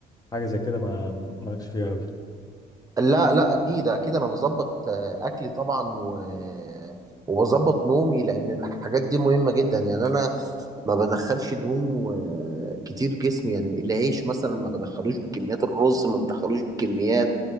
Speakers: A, on the left; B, on the right.
A: حاجه زي كده ما مالكش فيها قوي
B: لا لا اكيد اكيد انا بظبط آه، اكلي طبعا و... وبظبط نومي لان الحاجات دي مهمة جدا يعني انا ما بدخلش دهون و- كتير جسمي يعني العيش مثلا ما بدخلوش بكميات الرز ما بدخلوش بكميات